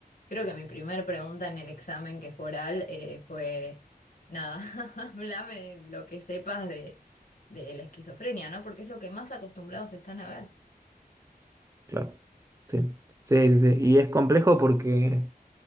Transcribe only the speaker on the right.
Claro. Sí. Sí, sí, sí. Y es complejo porque,